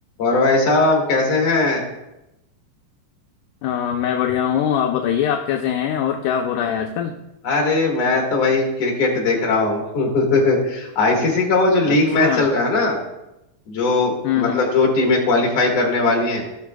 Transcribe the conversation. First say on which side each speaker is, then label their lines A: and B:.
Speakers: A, on the left (about 55°); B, on the left (about 80°).
A: और भाई साहब कैसे हैं
B: अ, मैं बढ़िया हूँ आप बताइए आप कैसे हैं और क्या हो रहा है आजकल
A: अरे मैं तो भाई क्रिकेट देख रहा हूँ <laughs> आईसीसी का वो जो लीग
B: अच्छा
A: मैच चल रहा है ना जो
B: हम्म
A: मतलब
B: हम्म
A: जो टीमें क्वालिफाई करने वाली हैं